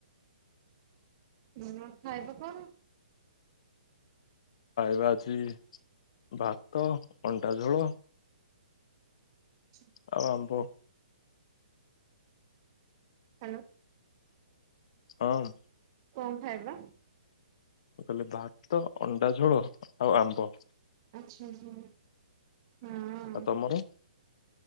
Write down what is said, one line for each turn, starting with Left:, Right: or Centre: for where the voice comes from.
Right: ନୁଣ ଖାଇବା କଣ?
Left: ଖାଇବା ଆଜି ଭାତ, ଅଣ୍ଡା ଝୋଳ
Right: <unintelligible>
Left: ଆଉ ଆମ୍ବ
Right: ହାଲୋ।
Left: ହଁ ଅଁ।
Right: କଣ ଖାଇବା?
Left: ମୁଁ କଇଲି ଭାତ, ଅଣ୍ଡା ଝୋଳ ଆଉ ଆମ୍ବ।
Right: ଆଛା, ଆଛା, ହଁଅଁ।
Left: ଆଉ ତମର?